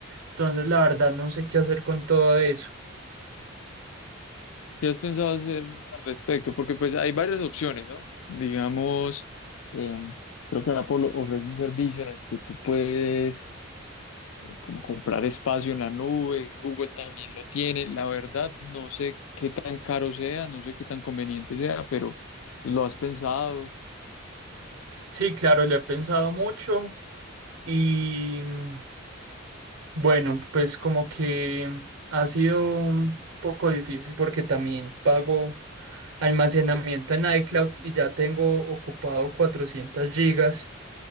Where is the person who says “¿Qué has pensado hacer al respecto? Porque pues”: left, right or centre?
Left